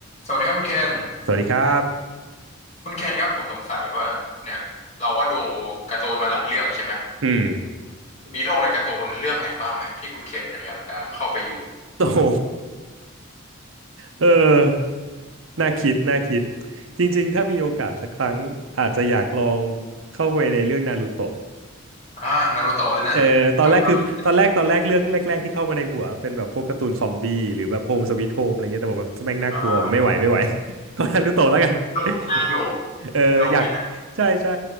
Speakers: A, on the left (about 30°); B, on the right (about 70°).
A: สวัสดีครับคุณเคน
B: สวัสดีครับ
A: คุณเคนครับผมสงสัยว่าเนี่ยเราก็ดูการ์ตูนมาหลายเรื่องใช่ไหม
B: อืม <laughs>
A: มีโลกในการ์ตูนเรื่องไหนบ้างไหมที่คุณเคนอยากจะเข้าไปอยู่
B: โอ้โหเออน่าคิด น่าคิด จริงๆ ถ้ามีโอกาสสักครั้งอาจจะอยากลองเข้าไปในเรื่องนารูโตะ
A: อ่านารูโตะเลยนะสงคราม
B: เออตอนแรกคือตอนแรกตอนแรกเรื่องแรกๆที่เข้ามาในหัวเป็นแบบพวกการ์ตูนซอมบี้หรือแบบโฮมสวีทโฮมอะไรเงี้ยแต่ผมแบบแม่งน่ากลัวไม่ไหวไม่ไหว
A: อ่า
B: <laughs> ก็นารูโตะแล้วกัน
A: โลกน่าอยู่
B: <laughs> เอออยาก
A: โลกไม่น่า
B: ใช่ใช่